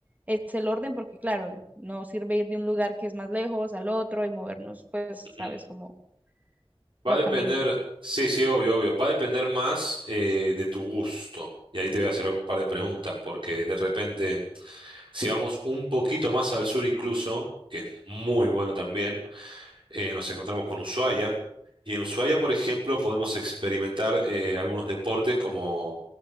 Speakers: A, on the right; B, on the right.
A: es el orden, porque claro, no sirve ir de un lugar que es más lejos al otro y movernos, pues,
B: ujú.
A: ¿sabes? Como locamente.
B: Va a depender, sí, sí, obvio, obvio. Va a depender más eh, de tu gusto. Y ahí te voy a hacer algún par de preguntas, porque de repente, si vamos un poquito más al sur incluso, que es muy bueno también. eh, nos encontramos con Ushuaia. Y en Ushuaia, por ejemplo, podemos experimentar eh, algunos deportes como,